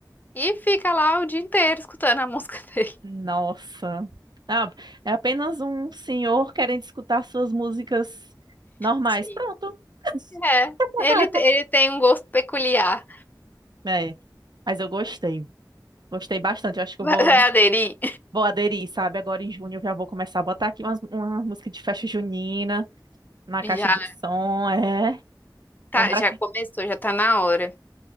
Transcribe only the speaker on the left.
e fica lá o dia inteiro escutando a música <laughs> dele.
Sim.
É,
ele, te- ele tem um gosto peculiar.
Vai
vai aderir?
Já,
tá,
já
começou, já tá na hora.